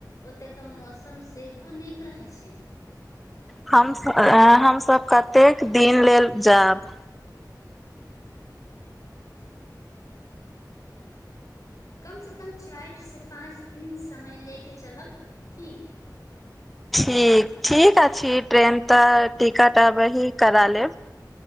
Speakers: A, on the left (about 45°); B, in the centre.
A: ओतय के मौसम सेहो नीक रहै छैय।
B: हम हमस कतेक दिन लेल जायब?
A: कमसँ कम चाइर सँ पाँच दिन समय लेके चलब की?
B: ठीक ठीक अछि ट्रेन तऽ टिकट अबही करा लेब।